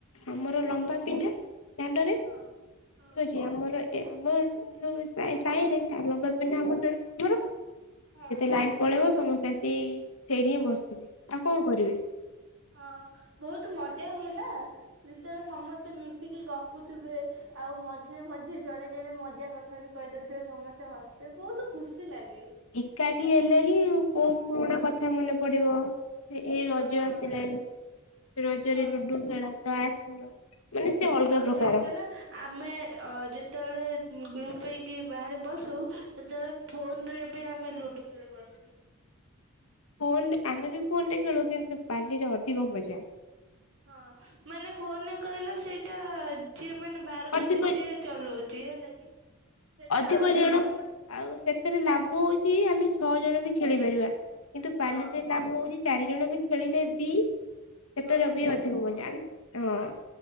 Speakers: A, on the left; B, on the right.
A: ଆମର ଲମ୍ବା
B: ହୁଁ
A: ପିଣ୍ଢା ଦାଣ୍ଡରେ ଠିକ
B: ହଁ ହଁ।
A: ଅଛି ଆମର ଏ ଆମର ଯୋଉ ସାହିରେ ଲମ୍ବା ପିଣ୍ଢା କେବଳ ଆମର
B: ହଁ।
A: ଯେତେ ଲାଇନ ପଳେଇବ ସମସ୍ତେ ଆସି ସେଇଠି ହିଁ ବସିଥିବେ ଆଉ କଣ କରିବେ।
B: ହଁ ବହୁତ ମଜା ହୁଏ ନା ଯେତେବେଳେ ସମସ୍ତେ ମିଶିକି ଗପୁଥିବେ। ଆଉ ମଝିରେ ମଝିରେ ଜଣେ ଜଣେ ମଜା କଥା ବି କହିଦଉଥିବେ ସମସ୍ତେ ହସୁଥିବେ ବହୁତ ଖୁସି ଲାଗେ।
A: ଏକାଠି ହେଲେ ହିଁ
B: ହଁ
A: କୋଉ ପୁରୁଣା କଥା ମନେ ପଡିବ। ଏଇ ରଜ
B: ହଁ।
A: ଆସିଲାଣି ରଜରେ
B: ହଁ
A: ଲୁଡୁ ଖେଳ ତାସ ଖେଳ ମାନେ ସେ ଅଲଗା
B: ଆଉ
A: ପ୍ରକାର
B: ଜାଣିଛ ନା ଆମେ ଯେତେବେଳେ ଗ୍ରୁପ ହେଇକି ବାହାରେ ବସୁ ସେତେବେଳେ ଫୋନ ରେ ବି ଆମେ ଲୁଡୁ ଖେଳୁ ବସିକି।
A: ଫୋନ ଆମେ ବି ଫୋନଟେ ଖେଳୁ କିନ୍ତୁ ପାଲିରେ ଅଧିକ ମଜା
B: ହଁ ମାନେ ଫୋନରେ କହିଲ ସେଇଟା ଯିଏ ମାନେ ବାତ୍ କରୁଛି
A: ଅଧିକ
B: ସିଏ ଚଲଉଛି ହେଲା କିି ସେଇଟା
A: ଅଧିକ
B: ଆମ
A: ଜଣ
B: ମନ
A: ଆଉ ସେଥିରେ ଲାଭ ହଉଛି ଆମେ ଛଅ
B: ହଁ
A: ଜଣ ବି ଖେଳି ପାରିବା କିନ୍ତୁ
B: ହଁ
A: ପାଲିରେ ଲାଭ ହଉଛି। ଚାରି ଜଣ ବି ଖେଳିଲେ ବି ସେଟର
B: ହଁ
A: ବି ଅଧିକ ମଜା ଆ ହଁ।